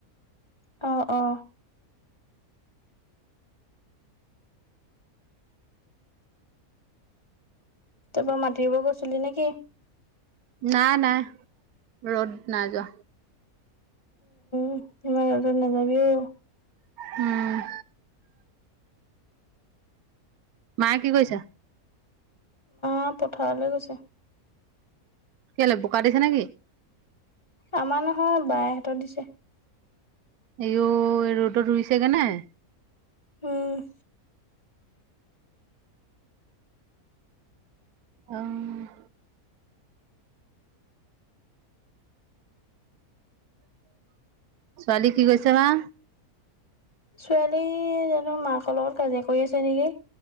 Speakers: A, on the left; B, on the right.
A: অ অ' তাৰ পৰা মাতিব গৈছিলি নেকি?
B: নাই নাই ৰ'দ নাই যোৱা।
A: উমহ' ইমান ৰদত নাযাবিও।
B: উম' মায়ে কি কৰিছে?
A: অঁ, পথাৰলৈ গৈছে।
B: কেলে বোকা দিছে নেকি?
A: আমাৰ নহয়, বায়েহঁত দিছে।
B: আয়ো এই ৰ'দত ৰুইছেগে নে?
A: উম'
B: অঁ' ছোৱালী কি কৈছে বা?
A: ছোৱালী জানো মাক লগত কাজিয়া কৰি আছে নেকি?